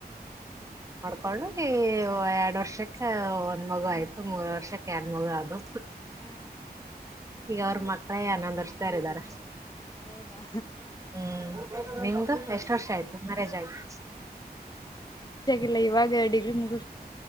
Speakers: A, on the right; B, on the left.
A: ಕೊಂಡು ಎರಡು ವರ್ಷಕ್ಕೆ ಒಂದ ಮಗು ಆಯ್ತು ಮೂರ್ ವರ್ಷಕ್ಕೆ ಎರಡ್ ಮಗು ಆದು
B: ಹಾ
A: ಈಗ ಅವ್ರ ಮಕ್ಕಳೇ ಹನ್ನೊಂದ ವರ್ಷದವರಿದ್ದಾರೆ
B: ಹೌದಾ
A: ಹ್ಮ್ ನಿಮ್ದು ಎಷ್ಟ ವರ್ಷ ಆಯ್ತು ಮ್ಯಾರೇಜಾಗಿ
B: ಇಲ್ಲ ಇವಾಗ ಡಿಗ್ರಿ ಮುಗ